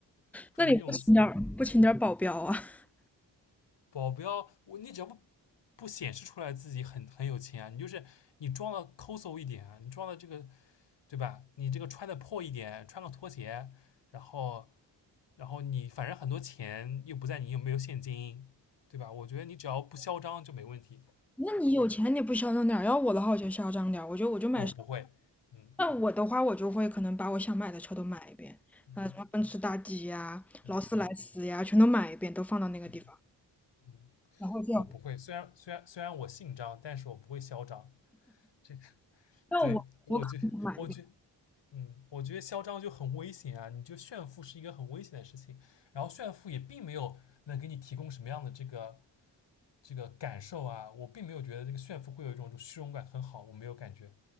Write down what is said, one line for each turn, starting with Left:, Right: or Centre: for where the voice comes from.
Left: 注意用词。
Centre: 那你不请点儿不请点儿保镖啊？
Left: 嗯，
Centre: <laughs>
Left: 保镖，我，你只要不不显示出来自己很很有钱啊，你就是你装的抠搜一点啊，你装的这个对吧？你这个穿的破一点，穿个拖鞋，然后。然后你反正很多钱又不在你又没有现金，对吧？我觉得你只要不嚣张就没问题。
Centre: 那你有钱你不嚣张点儿？要我的话我就嚣张点儿，我就我就买。
Left: 我不会，嗯
Centre: 那我的话我就会可能把我想买的车都买一遍，
Left: 嗯
Centre: 啊、什么奔驰大 G 呀、
Left: 嗯
Centre: 劳斯莱斯呀，全都买一遍，都放到那个地方。
Left: 嗯嗯，
Centre: 然后就，
Left: 我不会。虽然虽然虽然我姓张，但是我不会嚣张。这个
Centre: 那我我可能买一遍。
Left: 对我觉我觉嗯，我觉得嚣张就很危险啊！你就炫富是一个很危险的事情，然后炫富也并没有能给你提供什么样的这个这个感受啊。我并没有觉得这个炫富会有一种就虚荣感很好，我没有感觉。